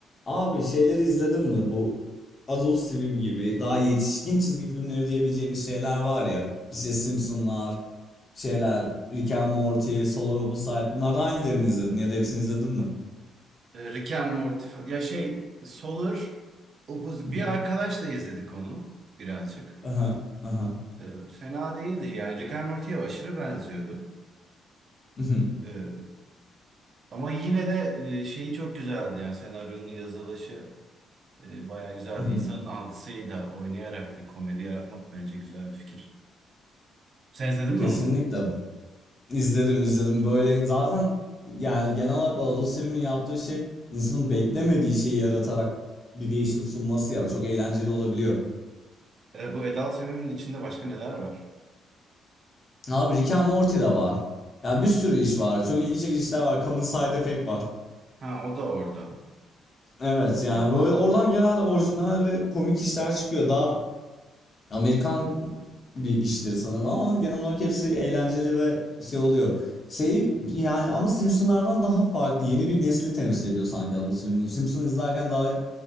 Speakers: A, on the left (about 40°); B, on the right (about 55°).
A: Abi şeyleri izledin mi? Bu Adult Swim gibi daha yetişkin çizgi filmleri diyebileceğimiz şeyler var ya. İşte Simpsonlar, şeyler, Rick and Morty, Solar Opposite. Bunlardan hangilerini izledin ya da hepsini izledin mi?
B: E, Rick and Morty fa- Ya şey Solar Opposite.
A: <laughs>
B: Bir arkadaşla izledik onu birazcık.
A: Aha, aha.
B: E, fena değildi yani. Rick and Morty'ye aşırı benziyordu.
A: Mhm,
B: E, ama yine de e, şeyi çok güzeldi yani senaryonun yazılışı e, bayağı güzeldi.
A: mhm.
B: İnsanın algısıyla oynayarak bir komedi yaratmak bence güzel bir fikir. Sen izledin
A: Kesinlikle
B: mi onu?
A: izledim izledim böyle zaten yani genel olarak o Adult Swim'in yaptığı şey insanın beklemediği şeyi yaratarak bir değişim sunması ya çok eğlenceli olabiliyor.
B: E, bu Adult Swim'in içinde başka neler var?
A: Abi Rick and Morty de var. Yani bir sürü iş var. Çok ilgi çekici işler var. Common Side Effect var.
B: Ha o da orada.
A: Evet yani
B: Evet.
A: böyle oradan genelde orijinal ve komik işler çıkıyor. Daha Amerikan bir işleri sanırım ama genel olarak hepsi eğlenceli ve şey oluyor. Şey yani ama Simpsonlardan daha farklı. Yeni bir nesli temsil ediyor sanki bu Simpson. Simpson izlerken daha